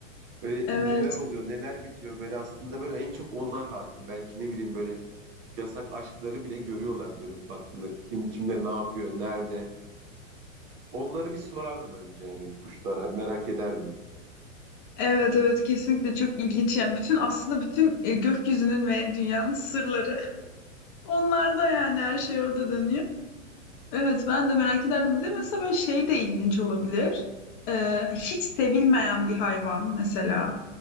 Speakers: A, on the right (about 45°); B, on the left (about 40°).
A: Böyle
B: Evet,
A: neler oluyor neler bitiyor böyle aslında böyle en çok onlar hakim. Belki ne bileyim böyle yasak aşkları bile görüyorlar dönüp baktığında kim kimle ne yapıyor nerede. Onları bir sorardım önce yani kuşlara merak ederdim.
B: evet, evet kesinlikle çok ilginç. Yani bütün aslında bütün e, gökyüzünün ve dünyanın sırları <laughs> onlarda yani her şey orada dönüyor. Evet, ben de merak ederdim. Bir de mesela böyle şey de ilginç olabilir. Ee, hiç sevilmeyen bir hayvan mesela.